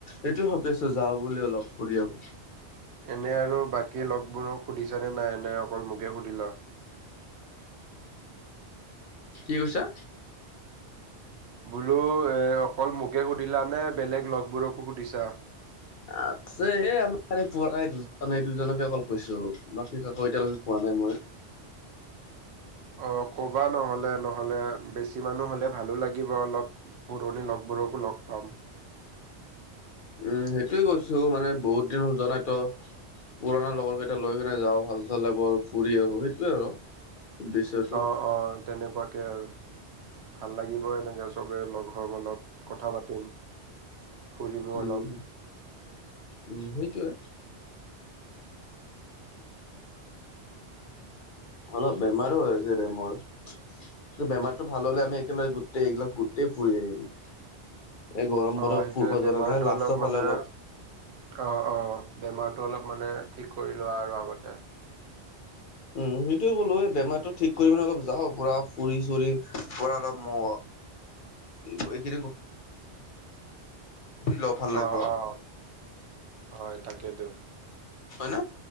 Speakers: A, on the left; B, on the right.
A: এইটোৱে ভাবি আছোঁ যাওঁ বুলি অলপ ফুৰি আহো।
B: এনে আৰু বাকী লগবোৰক সুধিছানে নাই? নে অকল মোকে সুধিলা?
A: কি কৈছা?
B: বোলো এ অকল মোকে সুধিলা নে বেলেগ লগবোৰকো সুধিছা?
A: আছে এই আমি কোৱা নাই দুজন এই দুজনকে অকল কৈছোঁ। বাকী কাকো এতিয়ালৈকে কোৱা নাই মই।
B: অ ক'বা নহ'লে, নহ'লে বেছি মানুহ হ'লে ভালো লাগিব অলপ। পুৰণি লগবোৰকো লগ পাম।
A: উম সেইটোৱে কৈছোঁ মানে বহুত দিন হ'ল যোৱা নাই ত'। পুৰণা লগৰ কেইটা লৈ কেনে যাওঁ ভাল চাল লাগব ফুৰি আহো সেইটোৱে আৰু। উদ্দেশ্যটো
B: অ অ তেনেকুৱাকে আৰু। ভাল লাগিব এনেকে চবে লগ হম অলপ কথা পাতিম। ফুৰিমো অলপ
A: উম উম সেইটোৱে। অলপ বেমাৰো হৈ আছে ৰে মোৰ। তো বেমাৰটো ভাল হ'লে আমি একেলগে গোটেই এইগিলাক গোটেই ফুৰি আহিম। এই গৰম
B: অ
A: বন্ধত
B: সেইটোয়ে
A: ফুৰিব
B: বেমাৰটো
A: যৰে নহয় লাষ্টৰ
B: অলপ মানে
A: ফালে অলপ।
B: অ অ বেমাৰটো অলপ মানে ঠিক কৰি লোৱা আৰু আগতে।
A: উম, সেইটোৱে ক'লো এ বেমাৰটো ঠিক কৰি মানে অলপ যাওঁ পুৰা ফুৰি চুৰি পুৰা অলপ ম
B: <inaudible>
A: গৈ কিনি ল ভাল লাগিব
B: অ অ হয় তাকেটো।
A: হয় ন?